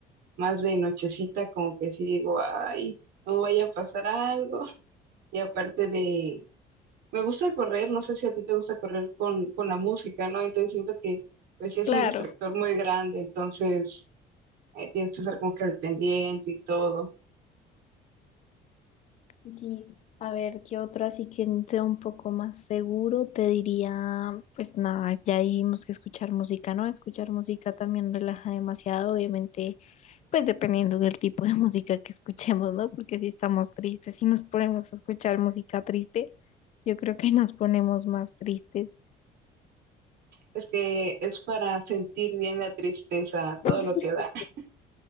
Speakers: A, on the right (about 65°); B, on the left (about 40°).
A: más de nochecita, como que sí digo, ay, no vaya a pasar algo. Y aparte de, me gusta correr, no sé si a ti te gusta correr con, con la música, ¿no? Entonces siento que, pues sí es
B: Claro.
A: un distractor muy grande, entonces eh, tienes que estar como que al pendiente y todo.
B: Sí, a ver, ¿qué otro así que sea un poco más seguro? Te diría, pues nada, ya dijimos que escuchar música, ¿no? Escuchar música también relaja demasiado, obviamente Pues dependiendo del tipo de <laughs> música que escuchemos, ¿no? Porque si estamos tristes, si nos ponemos a escuchar música triste, yo creo que nos ponemos más tristes.
A: Es que es para sentir bien la tristeza, todo
B: <laughs>
A: lo que da. <laughs>